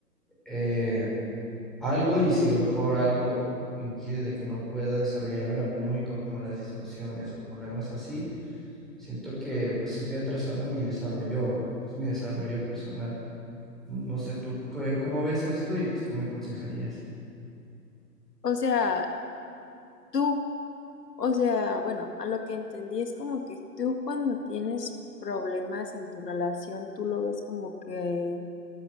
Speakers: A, in the centre; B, on the left (about 70°).
A: eh, algo y si a lo mejor algo impide de que no pueda desarrollarme en lo económico, como las discusiones o problemas así, Siento que pues estoy atrasando mi desarrollo, pues, mi desarrollo personal. No sé tú qué- cómo ves esto y pues qué me aconsejarías.
B: O sea, tú, o sea, bueno, a lo que entendí es como que tú cuando tienes problemas en tu relación, tú lo ves como que